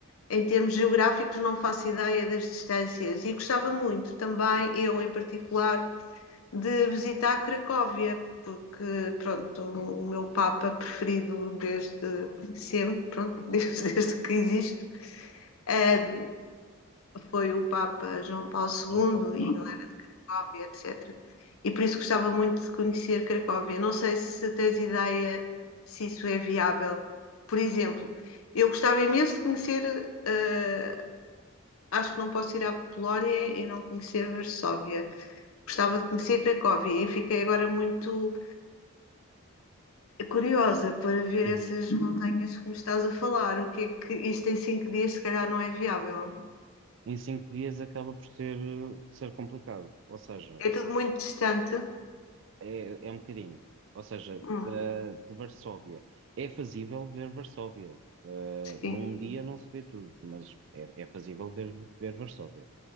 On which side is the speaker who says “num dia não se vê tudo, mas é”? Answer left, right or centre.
Right